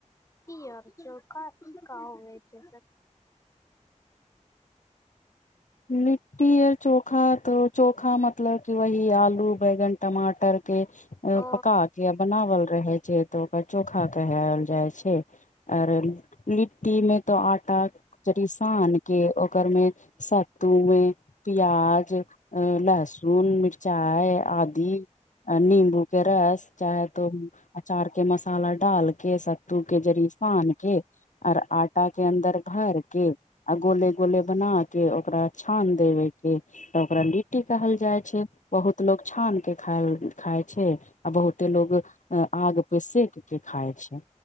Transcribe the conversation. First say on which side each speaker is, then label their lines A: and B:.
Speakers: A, on the left; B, on the left.
A: की और चोखा कहै जैस <unintelligible>
B: लिट्टी यर चोखा तो चोखा मतलब कि वहि आलू बैंगन टमाटर के पका
A: ओ
B: के बनावल रहे छै तऽ ओकरा चोखा कहल जाइ छै आरे लिट्टी मे तो आटा शान के ओकर मे स तूमे प्याज अ लहसुन मिरचाइ आदि नीम्बू के रस चाहे तो अचार के मसाला डालके सब तू के जरीफान के और आटा के अन्दर भर के आ गोले गोले बना के ओकरा छान देबे के ओकरा कुट्टी कहल जाइ छै बहुत लोग छान के खाल खाय छै आ बहुते लोग आग पे सेक के खाय छै